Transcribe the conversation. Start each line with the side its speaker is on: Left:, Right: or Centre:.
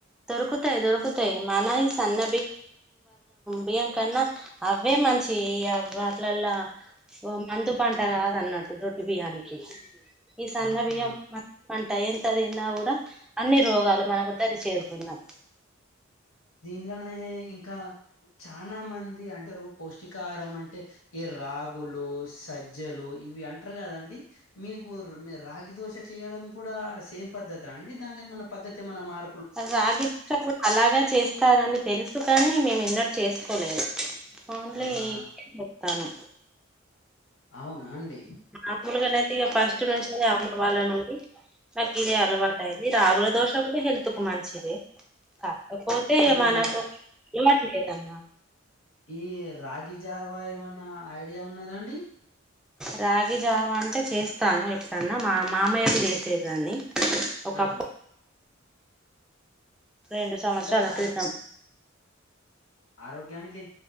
Centre: దొరుకుతాయి దొరుకుతాయి మన సన్న బియ్యం కన్నా అవ్వే మంచివి ఇగా ఆవి వడ్లల్లా మందు పంట కాదన్నట్టు దొడ్డు బియ్యానికి ఈ సన్న
Left: ఆహా
Centre: బియ్యం పంట ఎంత తిన్నా కూడా అన్ని రోగాలు మనకు దరి చేరుతాయి మ్మ్ హ్ ఉన్నాయ్
Left: ఇలనే ఇంకా చాలా మంది అంటే పౌష్టికాహారం అంటే ఈ రాగులు సజ్జలు ఇవి అంటారు కదండి మీకు రాగి దోశ చేయడం కూడా సేమ్ పద్దత అండి దానిలో ఏమన్నా పద్దతి ఏమైనా మారుతదా
Centre: రాగి దోష అలాగే చేస్తారని తెలుసు కానీ మేము ఎన్నడు చేసుకోలేదు ఓన్లీ
Left: ఆహా
Centre: ఇవ్వే చెత్తన్నం
Left: అవునా అండి
Centre: మామూలుగానయితే ఇక ఫస్ట్ నుంచి అమ్మ వాళ్ళ నుంచి నా కిదే అలవాటయింది రాగుల దోష కూడా హెల్త్ కు మంచిది కాకపోతే
Left: ఈ
Centre: మనకు
Left: రా
Centre: ఇవ్వే అలవాటు
Left: ఈ రాగి జావా ఏమన్నా ఐడియా ఉన్నదా అండి
Centre: రాగి జావ అంటే చేస్తాను ఎప్పుడన్నా మా మామయ్యకు చేసేదాన్ని ఒకప్పుడు
Left: ఆహా
Centre: రెండు సంవత్సరాల
Left: అంటే అది
Centre: క్రితం
Left: ఆరోగ్యానికి